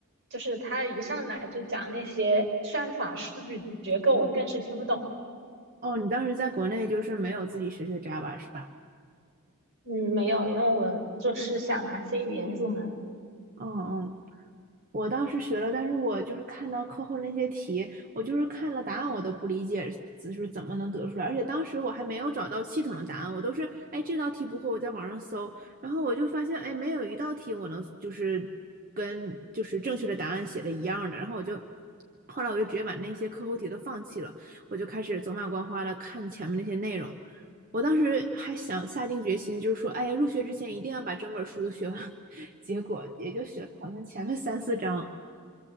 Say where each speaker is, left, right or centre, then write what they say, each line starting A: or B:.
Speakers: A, on the right; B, on the right.
A: 就是他一上来就讲那些算法、数据结构，我更是听不懂。
B: 哦，你当时在国内就是没有自己学学 Java 是吧？
A: 嗯，没有，因为我就是想拿 C 语言入门。
B: 嗯嗯，我当时学了，但是我就是看到课后那些题，我就是看了答案，我都不理解，就是怎么能得出来。而且当时我还没有找到系统的答案，我都是，哎，这道题不会，我在网上搜，然后我就发现，哎，没有一道题我能就是跟就是正确的答案写的一样的，然后我就。后来我就直接把那些课后题都放弃了，我就开始走马观花的看前面那些内容。我当时还想下定决心，就是说，哎呀，入学之前一定要把整本书都学完。<laughs> 结果也就学了好像前面三四章。